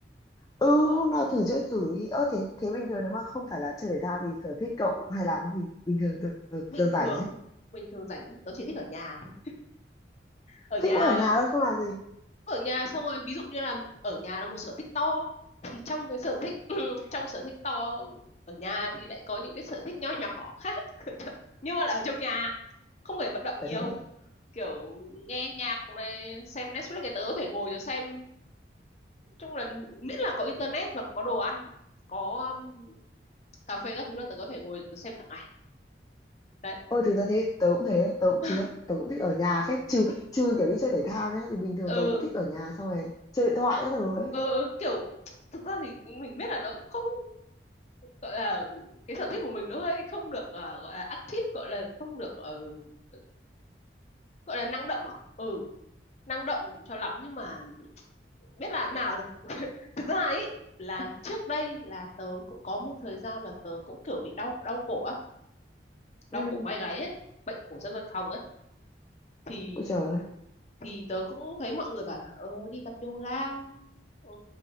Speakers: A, on the left; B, on the left.
A: ừ hôm nào thử chơi thử đi ơ thế thế bình thường nếu mà không phải là chơi thể thao thì sở thích cậu hay làm cái gì bình thường giờ,
B: bình
A: giờ rảnh
B: thường
A: ấy
B: bình thường rảnh ấy, tớ chỉ thích ở nhà thôi. ở nhà
A: thích mỗi ở nhà thôi không làm gì
B: ở nhà xong rồi ví dụ như là ở nhà là một sở thích to thì trong cái sở thích <clears throat> trong sở thích to ở nhà thì lại có những cái sở thích nho nhỏ khác <laughs> nhưng mà là ở trong nhà không phải vận động nhiều
A: ở trong nhà
B: kiểu nghe nhạc này xem Netflix cái tớ có thể ngồi rồi xem chung là miễn là có internet và có đồ ăn có um, cà phê các thứ là tớ có thể ngồi tớ xem cả ngày đấy
A: Ôi thực ra thế tớ cũng thế tớ cũng
B: <laughs>
A: chứ tớ cũng thích ở nhà phết trừ trừ kiểu đi chơi thể thao nhá thì bình thường
B: ừ
A: tớ cũng thích ở nhà xong rồi chơi điện thoại các thứ ấy
B: ờ, ờ, kiểu thực ra thì mình biết là nó cũng không gọi là cái sở thích của mình nó hơi không được à, gọi là active gọi là không được ờ, ờ, gọi là năng động à ừ năng động cho lắm nhưng mà biết làm nào được thực ra ấy là trước đây là tớ cũng có một thời gian là tớ cũng kiểu bị đau đau cổ á đau
A: Ừ.
B: cổ vai gáy ấy bệnh của dân văn phòng á thì
A: ôi trời ơi.
B: thì tớ cũng thấy mọi người bảo là ờ đi tập yoga Ừ,